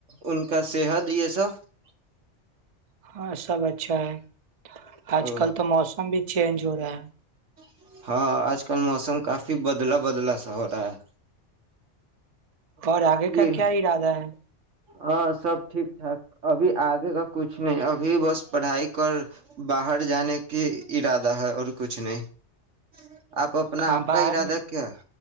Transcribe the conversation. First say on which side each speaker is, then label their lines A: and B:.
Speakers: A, on the right; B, on the right.
A: ان کا صحت یہ سب <unintelligible>
B: ہاں سب اچھا ہے <unintelligible> آج
A: او
B: کل تو موسم بھی <unintelligible> چ جو ہو رہا ہے <unintelligible>
A: <inaudible> <unintelligible> ہاں آج کل موسم کافی بدلاب <unintelligible> بدلا سا ہو رہا ہے <unintelligible> مطلب
B: اور آگے
A: کہ
B: کا کیا ارادہ ہے <unintelligible>
A: ہاں سب ٹھیک ٹھاک ابھی آگے کا کچھ نہیں ابھی بس پڑھائی کر باہر جانے کی ارادہ ہے اور کچھ نہیں <unintelligible> آپ اپنا
B: کہاں
A: آپ
B: باہر
A: کا ارادہ
B: میں
A: کیا